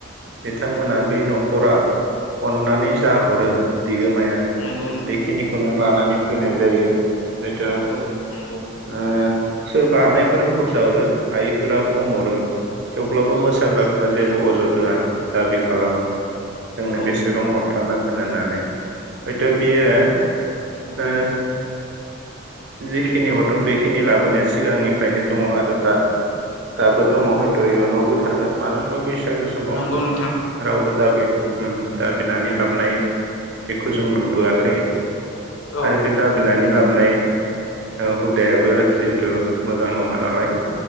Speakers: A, on the right; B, on the left.
A: बिथांमोना बे न'खरा अननानै जा हरो बिगोमाया
B: नंगौ नोंथां
A: बेखिनिखौनो ला नानै फैनाय जायो। थ
B: औ नंगौ
A: आ सोरबा हानायफोरा बुरजा हरो हायिफोरा खम हरो। थेवब्लाबो
B: औ
A: मोसाग्राफ्रा जेबो
B: नंगौ
A: अजद
B: नोंथां
A: होआ दाबि खालामा जोंनो
B: औ
A: बेसेबां हरथारनांगोन होननानै। बियो जिखिनि हरदों बेखिनि लाबोनाया सिगांनिफ्रायनो दङ आरो दाबो दङ हयथ इयुनावबो थागोन मानो होनबा बैसागो समाव
B: नंगौ नोंथां
A: रावबो दा बे ओ दाबिनानै लाबनाय बेखौ जों नु बोयाखै
B: औ
A: आरो बे दाबिनानै लाब नै औ दे हुदायाबो जिहेथु मोजां नङा नालाय